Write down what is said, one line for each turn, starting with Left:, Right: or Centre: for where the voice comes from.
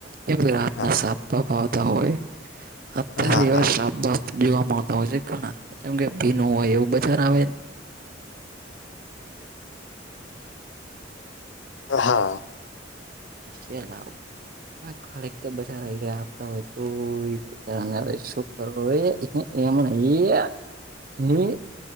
Right: કેમ કે રાતના
Left: હા
Right: સાપ બાપ આવતા હોય. અત્યારે
Left: હા
Right: એવા
Left: હા
Right: શાપ બાપ જોવા મળતો હોય છે ઘના. કેમ કે ભીનું હોય એવું, બધા આવે.
Left: હા
Right: <unintelligible> <unintelligible> <unintelligible> <unintelligible>